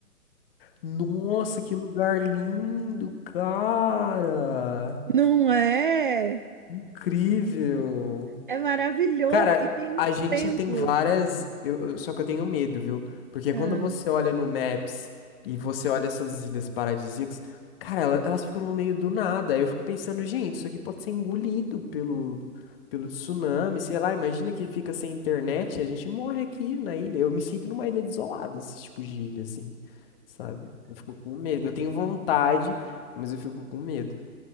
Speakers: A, on the left (about 40°); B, on the right (about 35°).
A: Nossa, que lugar lindo, cara!
B: Não é?
A: Incrível!
B: É maravilhoso
A: Cara,
B: e tem uns
A: a gente
B: templos.
A: tem várias. eu- eu- só que eu tenho medo, viu? Porque
B: Ah,
A: quando você olha no Maps e você olha essas ilhas paradisíacas, cara, ela- elas ficam no meio do nada. Aí eu fico pensando, gente, isso aqui pode ser engolido pelo, pelo tsunami, sei lá. Imagina que fica sem internet e a gente morre aqui na ilha. Eu me sinto numa ilha desolada, esse tipo de ilha, assim, sabe? Eu fico com medo. Eu tenho vontade, mas eu fico com medo.